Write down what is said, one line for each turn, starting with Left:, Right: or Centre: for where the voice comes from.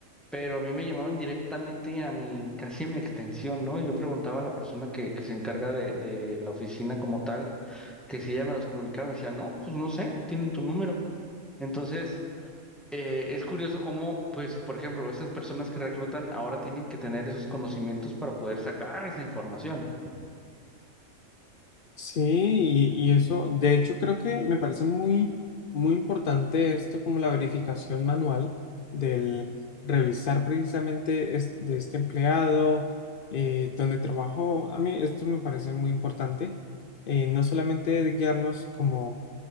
Centre: pero a mí me llamaban directamente a mi, casi a mi extensión, ¿no? Y yo preguntaba a la persona que, que se encarga de, de la oficina como tal, que si ella me los comunicaba, me decía, no, pues no sé, tienen tu número. Entonces eh, es curioso cómo, pues, por ejemplo, estas personas que reclutan ahora tienen que tener esos conocimientos para poder sacar esa información.
Left: Sí, y, y eso, de hecho creo que me parece muy, muy importante esto como la verificación manual del revisar precisamente es- de este empleado, eh, donde trabajó. A mí esto me parece muy importante, eh, no solamente guiarnos como